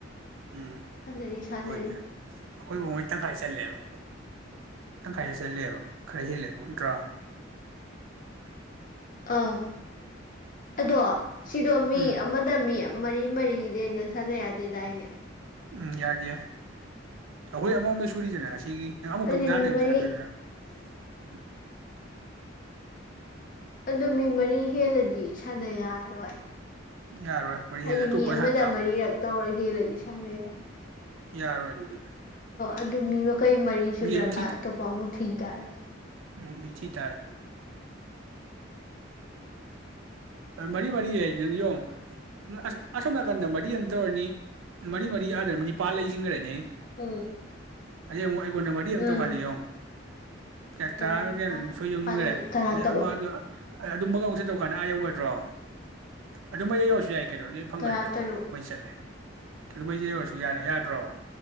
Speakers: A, on the right; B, on the left.
A: ꯎꯝ
B: ꯁꯅꯔꯤ ꯁꯥꯟꯅꯔꯤ
A: ꯑꯣꯏꯅꯦ ꯑꯩꯈꯣꯏꯕꯨ ꯃꯣꯏ ꯇꯪꯈꯥꯏ ꯆꯠꯂꯦꯕ ꯇꯪꯈꯥꯏꯗꯦ ꯆꯠꯂꯦꯕ ꯈꯥꯏ ꯍꯦꯜꯂꯦꯕ ꯅꯠꯇ꯭ꯔꯣ
B: ꯑꯥꯎ ꯇꯣ ꯁꯤꯗꯣ ꯃꯤ
A: ꯎꯝ
B: ꯑꯃꯗ ꯃꯤ ꯑꯃ ꯃꯔꯤ ꯃꯔꯤꯗꯩꯅ ꯁꯥꯟꯅ ꯌꯥꯗꯦꯗꯥꯏꯅꯦ
A: ꯎꯝ ꯌꯥꯗꯦ ꯑꯩꯈꯣꯏ ꯑꯃꯃꯝꯗ ꯁꯨꯔꯤꯗꯅ ꯉꯁꯤꯒꯤ ꯅꯪ ꯑꯃꯨꯛ
B: ꯑꯗꯨ
A: ꯇꯧ ꯅꯍꯥꯟꯗꯩ
B: ꯃꯤ
A: ꯑꯃꯨꯛ
B: ꯃꯔꯤ
A: ꯁꯥꯟꯅ ꯁꯥꯟꯅꯅ ꯎꯝ
B: ꯑꯗꯨ ꯃꯤ ꯃꯔꯤ ꯍꯦꯜꯂꯗꯤ ꯏꯁꯥꯅ ꯌꯥꯔꯣꯏ
A: ꯌꯥꯔꯣꯏ ꯃꯔꯤ
B: ꯍꯥꯏꯗꯤ
A: ꯍꯦꯜꯂꯦ ꯑꯇꯣꯞꯄ
B: ꯃꯤ ꯑꯃꯗ
A: ꯁꯥꯟꯅ ꯇꯥꯕ
B: ꯃꯔꯤꯔꯛ ꯇꯧꯔ ꯍꯦꯜꯂꯗꯤ <unintelligible>
A: ꯌꯥꯔꯣꯏ ꯑꯗꯨꯗꯤ
B: ꯑꯗꯨ ꯃꯤ ꯀꯩ ꯃꯔꯤ ꯁꯨꯅꯔꯀꯥꯟꯗ
A: ꯃꯤ ꯑꯗꯨꯝ
B: ꯑꯇꯣꯞꯄ ꯑꯃꯨꯛ ꯊꯤꯒ ꯇꯔꯦ
A: ꯎ ꯃꯤꯊꯤ ꯇꯥꯔ ꯃꯔꯤ ꯃꯔꯤ ꯌꯦꯡ ꯌꯦꯌꯣ ꯑꯁ ꯑꯁꯣꯝ ꯅꯥꯀꯟꯗ ꯃꯔꯤ ꯑꯃꯝ ꯇꯧꯔꯅꯤ ꯃꯔꯤ ꯃꯔꯤ ꯑꯗꯨꯗ ꯅꯤꯄꯥꯜ ꯂꯩꯁꯤꯟꯈ꯭ꯔꯅꯤ ꯑꯩ
B: ꯎꯝ
A: ꯑ ꯑꯩꯉꯣꯟꯗ ꯃꯔꯤ ꯑꯃꯝꯇ
B: ꯎꯝ
A: ꯀꯥꯟꯅꯤ ꯌꯦꯣ ꯀꯌꯥ ꯇꯥꯔꯒ
B: ꯅꯤꯄꯥꯜ
A: ꯀꯌꯥꯅꯣ ꯅꯤ
B: ꯅꯤꯄꯥꯜ
A: ꯁꯣꯏ ꯌꯧꯁꯤꯟꯈ꯭ꯔꯦ
B: ꯑꯅꯤ ꯇꯔꯥ
A: ꯑꯗꯩ
B: ꯇꯔꯨꯛ
A: ꯑꯃ ꯑꯗꯨ ꯑꯗꯨꯝꯃꯒꯦ ꯇ ꯀꯩꯅ ꯑꯥ ꯌꯧꯒꯗ꯭ꯔꯣ ꯑꯗꯨ ꯃ ꯌꯁꯨ ꯌꯥꯏ ꯀꯩꯅꯣꯗꯨ ꯐꯪꯉꯅꯤꯅ
B: ꯇꯔꯥ ꯇꯔꯨꯛ
A: ꯃꯩ ꯆꯠꯂꯦ ꯑꯗꯨꯃꯩꯁꯦ ꯌ ꯑꯣꯏꯔꯁꯨ ꯌꯥꯔꯦ ꯌꯥꯗ꯭ꯔꯣ